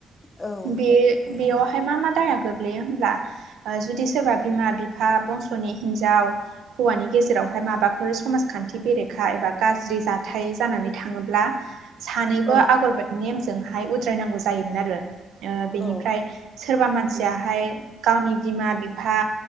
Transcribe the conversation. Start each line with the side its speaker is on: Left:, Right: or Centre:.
Left: औ
Right: बे
Left: नोंथां
Right: बेयावहाय मा मा दाया गोग्लैयो हब्ला ओ जुदि सोरबा बिमा बिफां बंस स'नि हिन्जाव हौवानि गेजेरावहाय माबाफोर समाजखान्थि बेरेखा एबा गाज्रि जाथाय जानानै थाङोब्ला सानैबो
Left: औ
Right: आगरबोद नि नेमजोंहाय उद्रायनांगौ जायोमोन आरो औ ओ बिनिफ्राय
Left: औ
Right: सोरबा मानसियाहाय गावनि बिमा बिफा